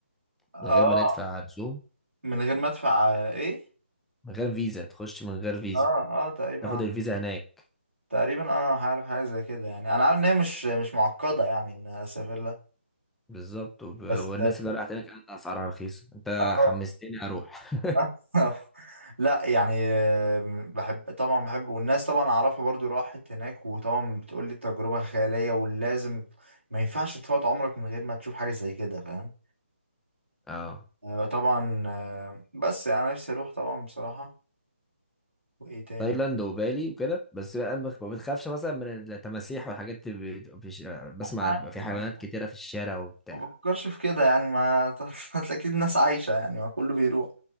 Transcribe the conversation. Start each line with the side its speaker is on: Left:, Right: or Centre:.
Right: اه
Centre: من غير ما ندفع رسوم
Right: من غير ما ادفع آه، ايه
Centre: من غير فيزا تخش من غير فيزا
Right: اه اه تقريبا
Centre: تاخد الفيزا هناك
Right: تقريبا اه هعرف حاجة زي كده يعني انا عارف ان هي مش مش معقدة يعني ان اسافر لها
Centre: بالظبط وب... والناس
Right: بس
Centre: اللي راحت هناك كانت اسعارها رخيصه انت
Right: اه
Centre: حمستني اروح
Right: <laughs> لا يعني آم، بحب طبعا بحب والناس طبعا اعرفها برضو راحت هناك وطبعا بتقول لي تجربة خيالية ولازم ما ينفعش تفوت عمرك من غير ما تشوف حاجة زي كده فاهم
Centre: اه
Right: آه، طبعا آه، بس يعني انا نفسي اروح طبعا بصراحة وايه تاني
Centre: تايلاند وبالي وكده بس بقى ما ما بتخافش مثلا من التماسيح والحاجات اللي بت- بش... بسمع
Right: عادي
Centre: بيبقى في
Right: يعني
Centre: حيوانات كتيره في الشارع وبتاع
Right: ما بفكرش في كده يعني ما <laughs> اكيد الناس عايشة يعني ما كله بيروح